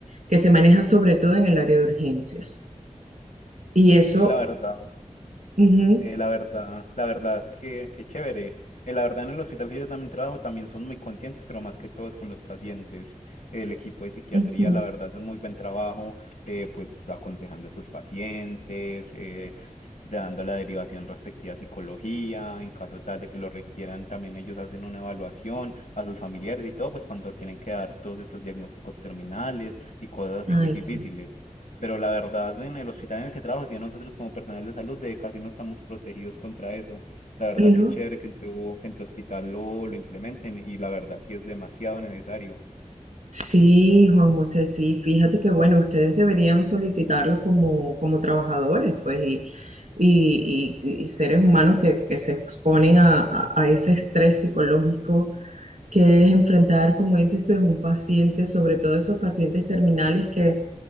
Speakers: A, on the right; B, on the left.
A: que se maneja sobre todo en el área de urgencias. Y eso
B: Sí, la verdad,
A: Ujú,
B: Eh, la verdad, la verdad que, que chévere. Eh, la verdad en el hospital que yo también trabajo también son muy conscientes, pero más que todo es con los pacientes. El equipo de psiquiatría,
A: ujú.
B: la verdad, hace un muy buen trabajo, eh, pues aconsejando a estos pacientes, eh, dando la derivación respectiva a psicología, en caso tal de que lo requieran, también ellos hacen una evaluación a sus familiares y todo, pues cuando tienen que dar todos estos diagnósticos terminales y cosas así
A: Ay,
B: muy difíciles
A: sí.
B: pero la verdad en el hospital en el que trabajo, si nosotros como personal de salud de casi no estamos protegidos contra eso. La verdad
A: ¿No?
B: que chévere que en tu, que en tu hospital lo, lo implementen y la verdad sí es demasiado necesario.
A: Sí, Juan José, sí. Fíjate que, bueno, ustedes deberían solicitarlo como, como trabajadores, pues, y, y, y- y seres humanos que, que se exponen a, a- a ese estrés psicológico que es enfrentar, como dices tú, es un paciente, sobre todo esos pacientes terminales que,